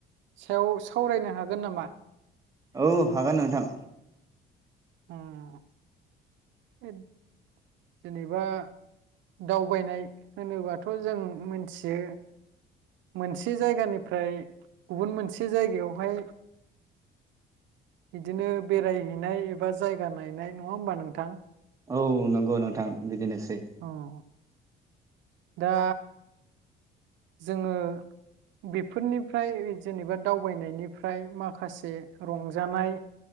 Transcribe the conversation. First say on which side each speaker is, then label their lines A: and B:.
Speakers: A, on the right (about 85°); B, on the right (about 15°).
A: सायाव सावरायनो हागोन नामा
B: औ हागोन नोंथां
A: उम जेनेबा दावबायनाय होनोबाथ जों मोनथियो मोनसे जायगानिफ्राय गुबुन मोनसे जायगायावहाय बिदिनो बेरायहैनाय एब जायगा नायनाय नङा होमबा नोंथां
B: औ नोंगौ नोंथां बिदिनोसै
A: अ दा जोङो बेफोरनिफ्राय जेनेबा दावबायनायनिफ्राय माखासे रंजानाय